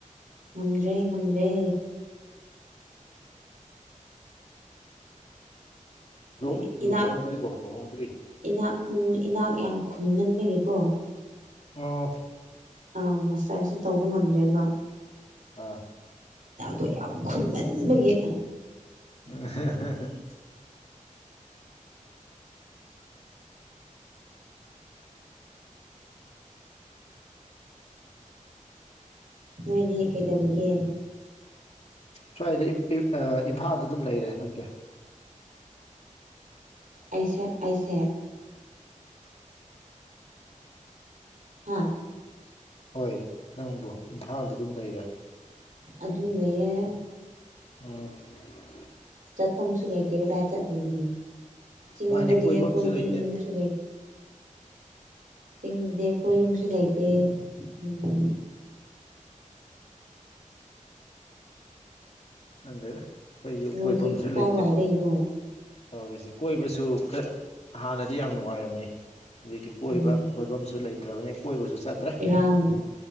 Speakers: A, on the right (about 80°); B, on the left (about 50°).
A: ꯉꯝꯗ꯭ꯔꯦ ꯉꯝꯗ꯭ꯔꯦ ꯈꯣꯏꯗꯤ
B: ꯂꯨ
A: ꯏꯅꯥꯠꯅꯤ
B: ꯂꯨꯍꯣꯡꯗ꯭ꯔꯤꯕꯣ ꯂꯨꯍꯣꯡꯗ꯭ꯔꯤ
A: ꯏꯅꯥꯠꯅꯤ ꯎꯝ ꯏꯅꯥꯛ ꯌꯥꯝ ꯈꯨꯟꯃꯟꯕꯒꯤꯀꯣ
B: ꯑ
A: ꯑꯥ ꯃꯁꯇꯔꯁꯨ ꯇꯧꯕ ꯉꯝꯗ꯭ꯔꯦꯕ
B: ꯑꯥ
A: ꯍꯤꯅꯥꯛꯇꯣ ꯌꯥꯝ ꯈꯨꯟꯃꯟꯕꯒꯤ
B: ꯎ
A: ꯅꯣꯏꯗꯤ ꯀꯩꯗꯧꯔꯤꯒꯦ
B: ꯁ꯭ꯋꯥꯏꯗ ꯏꯝꯐꯥꯜꯗ ꯑꯗꯨꯝ ꯂꯩꯔꯦ ꯅꯪꯒꯤ
A: ꯑꯩꯁꯦ ꯑꯩꯁꯦ ꯍꯥꯥ
B: ꯍꯣꯏ ꯅꯪꯕꯨ ꯏꯝꯐꯥꯜꯗ ꯑꯗꯨꯝ ꯂꯩꯔꯦ
A: ꯑꯗꯨ ꯂꯩꯌꯦꯦ
B: ꯑ
A: ꯆꯠꯐꯝꯁꯨ ꯂꯩꯇꯦ ꯀꯗꯥꯏ ꯆꯠꯂꯨꯅꯤ ꯆꯤꯡꯗꯗꯤ
B: ꯃꯥꯅꯦ ꯀꯣꯏꯐꯝꯁꯨ
A: ꯑꯩꯈꯣꯏꯗꯤ
B: ꯂꯩꯇꯦ
A: ꯌꯨꯝꯁꯨ ꯂꯩꯗ ꯆꯤꯡꯗꯗꯤ ꯑꯩꯈꯣꯏ ꯌꯨꯝꯁꯨ ꯂꯩꯇꯦ ꯎꯝ
B: ꯑꯗ ꯑꯩꯈꯣꯏꯁꯨ
A: ꯅꯣꯏꯗꯤ
B: ꯀꯣꯏꯐꯝꯁꯨ
A: ꯀꯥꯏꯋꯥꯏꯗꯩꯅꯣ
B: ꯂꯩꯇꯦ ꯇꯧꯔꯤꯁꯦ ꯀꯣꯏꯕꯁꯨ ꯍꯥꯟꯅꯗꯤ ꯌꯥꯝ ꯅꯨꯡꯉꯥꯏꯔꯝꯃꯦ ꯍꯧꯖꯤꯛꯇꯤ ꯀꯣꯏꯕ
A: ꯎꯝ
B: ꯀꯣꯏꯐꯝꯁꯨ ꯂꯩꯇ꯭ꯔꯕꯅꯤ ꯀꯣꯏꯕꯁꯨ ꯆꯠꯇ꯭ꯔꯦ
A: ꯏꯔꯥꯡꯅ